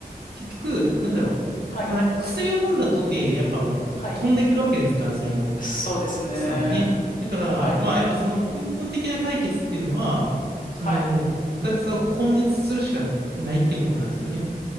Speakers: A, on the right; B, on the left.
A: 結局、なんだろ
B: はい、
A: う。まあ、なんか薬を飲んだとて、やっぱもう飛んでくるわけですから、
B: はい。
A: その
B: そうですね。
A: 草のね。だから、
B: はい、
A: まあ、やっぱその根本的な解決っていうのは、そのもう豚草を根絶するしかないってことなんですよね。
B: はい。